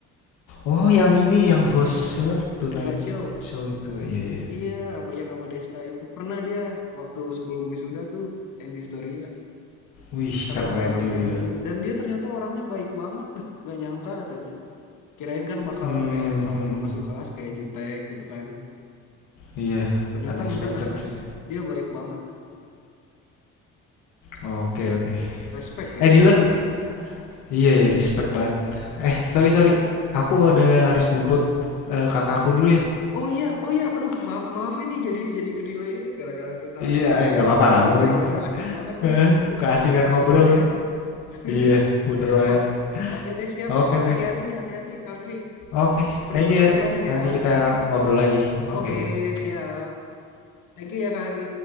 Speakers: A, on the left; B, on the left.
A: Oh, yang ini yang host siapa, Tonight
B: Turaccio.
A: Show itu, iya iya.
B: Iya, apa yang sama Desta itu pernah dia waktu sebelum wisuda tuh Enzi Storia
A: Wih,
B: satu
A: keren
B: kelas sama
A: juga.
B: Enzi dan dia ternyata orangnya baik banget. <laughs> Nggak nyangka katanya. Kirain kan bakalan
A: hmm
B: kayak kalau
A: mhm.
B: udah masuk kelas kayak jutek gitu kan.
A: Iya,
B: Ternyata
A: unexpected
B: enggak. <laughs>
A: sih.
B: Dia baik banget.
A: Oke, oke.
B: Respect ya
A: Eh, Dylan. Iya, ya, respect banget. Eh, sorry, sorry. Aku ada harus jemput eh, kakakku dulu ya.
B: Oh iya, oh iya, aduh maaf maaf ini jadi jadi kedelay ini gara-gara kita
A: Iya, eh, nggak
B: dari
A: apa-apa,
B: tadi
A: nggak apa-apa.
B: ngobrolnya asik banget
A: Heeh,
B: nih,
A: Keasikan
B: nostalgia
A: ngobrol.
B: ya. <laughs>
A: Iya, bener banget.
B: O- Oke deh siap,
A: Oke, oke.
B: hati-hati hati-hati Karvi.
A: Oke,
B: Terima
A: thank you
B: kasih
A: ya.
B: banyak
A: Nanti
B: ya.
A: kita ngobrol lagi. Oke.
B: Oke siap, thank you ya Karvi.